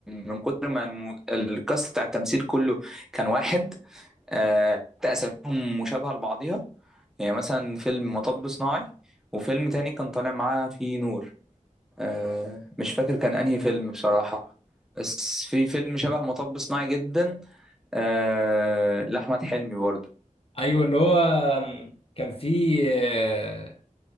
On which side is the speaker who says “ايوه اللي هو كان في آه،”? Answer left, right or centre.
Left